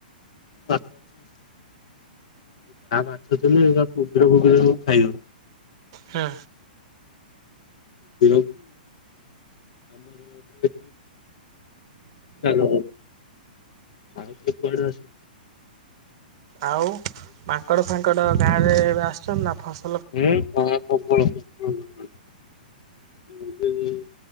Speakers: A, on the left (about 45°); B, on the right (about 30°).
A: ଯାହା ମାଛ ଥିଲୁୁବ ଫୁବ ସବୁ ଖାଇବ
B: ହଁ।
A: ବ ଆମର ଚା <inaudible> ଆଉ ତ ପଡଛ <inaudible>
B: ଆଉ ମାଙ୍କଡ ଫାଙ୍କଡ ଗାଁରେ ଏବେ ଆସଚ ନା ଫାଷ୍ଟ
A: ହୁଁ କଳ